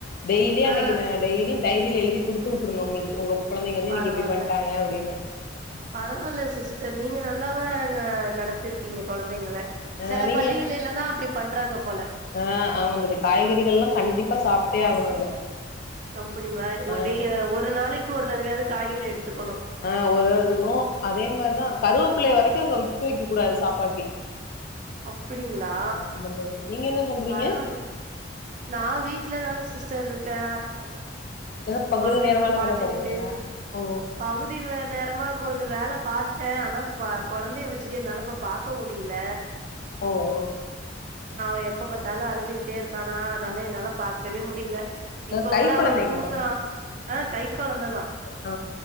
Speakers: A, on the left; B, on the right.
A: டெய்லி அன்னிக்கு
B: ஆ
A: நா டெய்லி டைரியில எழுதி குடுத்துவுட்டுருணு உங்களுக்கு உங்க குழந்தைங்க வந்து
B: பரவாயில்ல
A: இன்னைக்கு இப்டி பண்ட்டாங்க அப்டின்னு
B: பரவாயில்ல சிஸ்டர் நீங்க நல் அல்லவா அங்க நடத்திருக்கீங்க கொழந்தைங்கள
A: அ
B: செல
A: நீங்க
B: பள்ளிகள்ல தா அப்டி பண்றாங்க போல
A: ஆ ஆமா தோழி காய்கறிகள் எல்லா கண்டிப்பா சாப்பிட்டே ஆகணு <inaudible>
B: அப்பிடிங்களா
A: ஆ
B: ஒடே ஒரு நாளைக்கு ஒரு தடவையாது காய்கறி எடுத்துக்கணு
A: ஆ ஒர்தடவ எடுத்துக்கணு அதே மாரிதா கருவேப்பிள்ள வரைக்கு அவுங்க வித்து வைக் கூடாது சாப்பாட்ல
B: அப்டிங்களா
A: ஆமா தோழி நீங்க என்ன பண்றீங்க
B: பரவால்ல நா வீட்லதா சிஸ்டர் இருக்கே
A: ஏதோ பகுதி
B: கொழந்தைங்கள
A: நேரமாலா
B: பாத்துக்கிட்டு
A: வேல பாக்குறீங்களா ஓ
B: பகுதி நேரமா கொஞ்ச வேல பாத்தே ஆனா பா கொழந்தைய வச்சுட்டு என்னால இப்ப பாக்க முடியல
A: ஓ ஓ
B: ஏ எப்ப பாத்தாலு அழுதுகிட்டே இருக் ஆனா அனால என்னால பாக்கவே முடியல
A: அ
B: இப்ப
A: கை
B: கூட
A: கொழந்தைங்களா
B: அவே தூங்கறா ஆ கை கொழந்ததா
A: ஓ